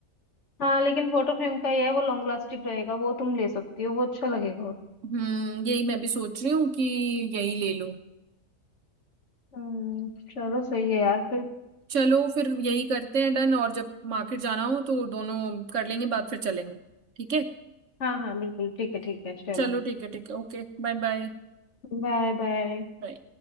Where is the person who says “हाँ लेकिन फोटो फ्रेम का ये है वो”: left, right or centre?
Left